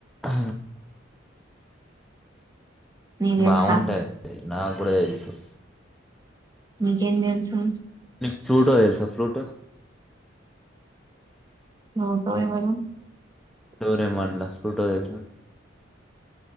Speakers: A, in the centre; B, on the right.
A: ఆ
B: నీకు తెలుసా
A: బాగుంటాయి నాకు కూడా తెలుసు
B: నీకేం తెలుసు
A: ఫ్రూటో తెలుసా ఫ్రూటో
B: ఫ్రూటో ఎవరు
A: డోరేమాన్ ల ఫ్రూటో తెలుసా